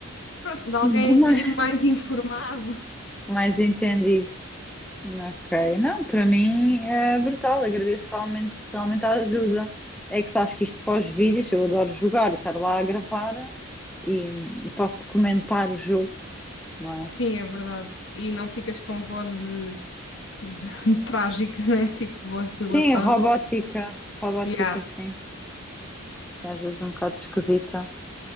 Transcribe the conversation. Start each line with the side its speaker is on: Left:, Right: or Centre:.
Left: pronto, de alguém
Centre: De
Left: um
Centre: <laughs>
Left: bocadinho
Centre: mais,
Left: mais informado.
Centre: mais entendido. Ok. Não, para mim é brutal. Agradeço realmente, realmente a ajuda. É que se acho que isto pós-vídeos, eu adoro jogar e estar lá a gravar e hum, posso documentar o jogo,
Left: <laughs>
Centre: não
Left: Sim,
Centre: é?
Left: é verdade. E não ficas com voz de, de- <laughs> trágica, né? Tipo, voz de latão.
Centre: Sim, robótica. Robótica,
Left: Yeah.
Centre: sim. É às vezes um bocado esquisita.